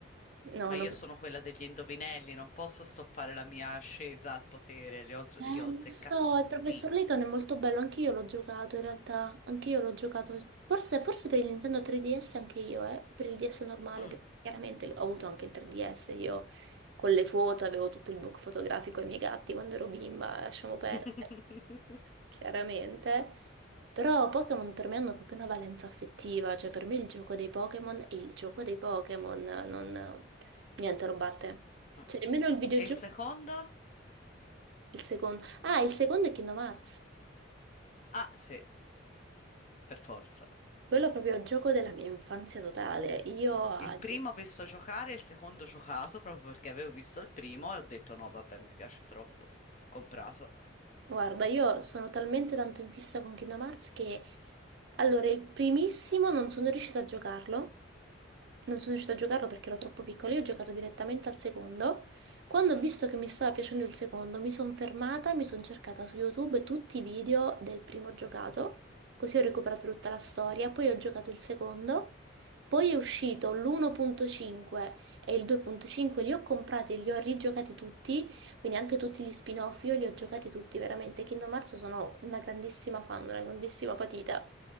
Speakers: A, on the right; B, on the left.
A: No,
B: ma
A: non...
B: io sono quella degli indovinelli, non posso stoppare la mia ascesa al potere, li ho, s-
A: Eh,
B: li ho azzeccati
A: lo so,
B: tutti.
A: il professor Layton è molto bello, anche io l'ho giocato in realtà, anche io l'ho giocato, forse, forse per il Nintendo 3DS anche io, eh, per il DS normale,
B: Mm.
A: perché chiaramente ho avuto anche il 3DS, io con le foto avevo tutto il book fotografico ai miei gatti quando ero bimba, lasciamo
B: <laughs>
A: perdere. chiaramente. Però Pokémon per me hanno proprio una valenza affettiva, cioè per me il gioco dei Pokémon è il gioco dei Pokémon, non... niente lo batte.
B: Ah.
A: Cioè nemmeno il videogioco,
B: E il secondo?
A: il secondo. Ah, il secondo è Kingdom Hearts,
B: Ah, sì, per forza.
A: quello è proprio il gioco della mia infanzia totale. Io a
B: Il primo ho visto giocare, il secondo ho giocato proprio perché avevo visto il primo e ho detto no, vabbè, mi piace troppo. Comprato.
A: Guarda, io sono talmente tanto in fissa con Kingdom Hearts che allora il primissimo non sono riuscita a giocarlo, non sono riuscita a giocarlo perché ero troppo piccola, io ho giocato direttamente al secondo. Quando ho visto che mi stava piacendo il secondo, mi sono fermata, mi sono cercata su YouTube tutti i video del primo giocato, così ho recuperato tutta la storia, poi ho giocato il secondo, poi è uscito l'1.5 e il 2.5, li ho comprati e li ho rigiocati tutti quindi anche tutti gli spin-off, io li ho giocati tutti, veramente. Kingdom Hearts sono una grandissima fan, una grandissima patita.